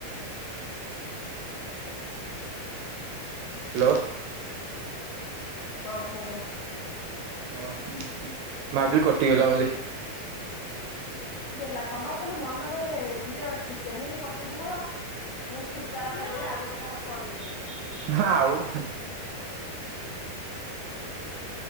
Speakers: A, on the right; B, on the left.
A: ହାଲୋ।
B: ହଁ ହାଲୋ।
A: ଓ ଭାବିଲି କଟିଗଲା ବୋଲି।
B: ଗଲା ତମର ଖାଲି ମନରେ ଇଏ ଅଛି କେମିତି କଟିଯିବ। ମୁଁ ଛୁଟକାରା ପାଇବି ଆଉ ଗୋଟେ କାହାକୁ କଲ କିରିବି।
A: ହଁ ଆଉ ହୁଁ।